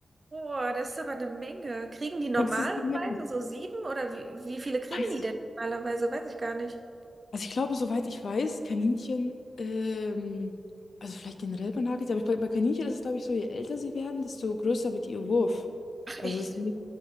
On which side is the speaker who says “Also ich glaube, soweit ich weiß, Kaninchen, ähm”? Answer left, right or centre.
Left